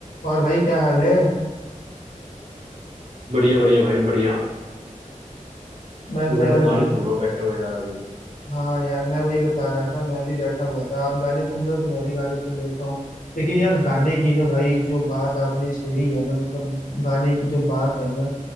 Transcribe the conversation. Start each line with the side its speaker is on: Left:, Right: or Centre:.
Left: और भाई क्या हाल है
Right: बढ़िया बढ़िया भाई बढ़िया
Left: मैं
Right: मैं
Left: तो यार
Right: तो
Left: अभी
Right: गाने सुन रहा हूँ बैठे हुए यार अभी
Left: हाँ यार मैं वही बता रहा था मैं भी बैठा हुआ था आप गाने सुन रहे हो तो मैं भी गाने सुन लेता हूँ लेकिन यार गाने की ना भाई जो बात आपने छेड़ी है ना मतलब गाने की जो बात है ना